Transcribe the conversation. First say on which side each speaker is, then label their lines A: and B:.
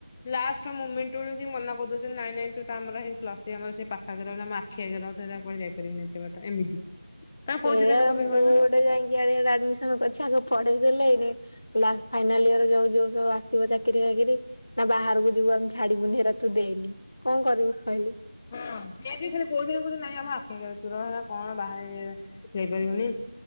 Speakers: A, on the left; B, on the left.
A: ଲାଷ୍ଟେଣ୍ଟ ମନ କରିଉଛନ୍ତି ନାଇଁ ନାଇ କି ଆମରଇ ପ୍ଲର ସେ ପାଖରେ ଆମ ଆଖି ଆଗରେଆଡେ ଯାଇପାରିବିନି ଏତ ବାଟ ଏମିତି ତମେ କହୁଛ
B: ସେଇଆ
A: ତାହେଲେ କଣ
B: ମୁଁ
A: ପାଇଁ କହିଲ
B: ଗୋଟେ ଯାଇକି ଆଡେ ଗୋଟେ ଆଡମିସନ କରିଛି ଆଗ ପଢେଇ ଦେଲେ। ଲେ ନା ଫାଇନାଲ ଇଅର ଯୋଉ ଯୋଉ ସବୁ ଆସିବ ଚାକିରି ବାକିରି ଆ ବାହାରକୁ ଯିବୁ ଆମେ ଛାଡିବୁନି। ସେରା ତୁ ଦେଏନି କଣ କରିବୁ କହିଲୁ।
A: ହଁ ସେ ବି ଖାଲି କହୁଚନ୍ତି କହୁଚନ୍ତି ନାଇଁ ଆମ ଆଖି ଆଗରେ ତୁ ରହ ଆ କଣ ବାହାରେ ଯାଇପାରିବୁନି।